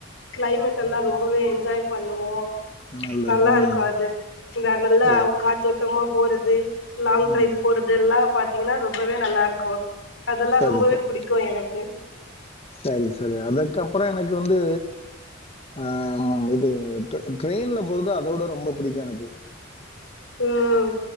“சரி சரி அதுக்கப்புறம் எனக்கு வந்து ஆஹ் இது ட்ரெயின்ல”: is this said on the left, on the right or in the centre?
Left